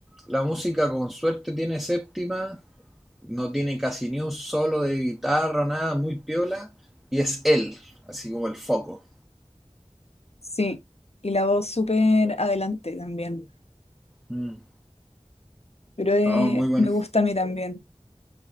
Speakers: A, in the centre; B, on the left (about 60°).
A: La música con suerte tiene séptima no tiene casi ni un solo de guitarra o nada, muy piola, y es él, así como el foco.
B: Sí. Y la voz súper adelante también.
A: Mm.
B: pero eh,
A: No, muy bueno.
B: me gusta a mí también.